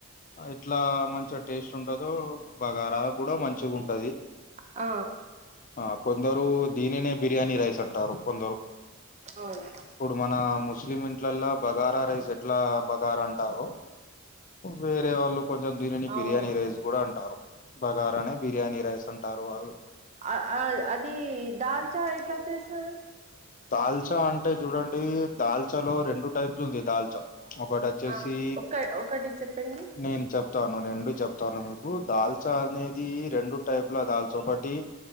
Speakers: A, on the left; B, on the right.
A: ఎట్లా మంచిగా టేస్ట్ ఉంటదో బగారా కూడా మంచిగా ఉంటది
B: ఆ
A: ఆ కొందరు దీనినే బిర్యానీ రైస్ అంటారు కొందరు
B: అవును
A: ఇప్పుడు మన ముస్లిం ఇంట్ల బగారా రైస్ ఎట్లా బగారా అంటారో వేరే వాళ్ళు కొంచెం దీనిని
B: అవును
A: బిర్యానీ రైస్ కూడా అంటారు బగారానే బిర్యానీ రైస్ అంటారు వాళ్ళు
B: అ ఆ అది దాల్చా ఎట్లా చేస్తారు
A: దాల్చా అంటే చూడండి దాల్చాలో రెండు టైప్స్ ఉంది దాల్చా ఒకటి వచ్చేసి
B: ఆ ఒక ఒకటి చెప్పండి
A: నేను చెప్ తాను రెండు చెప్తాను మీకు దాల్చా అనేది రెండు టైప్ల దాల్చా ఒకటి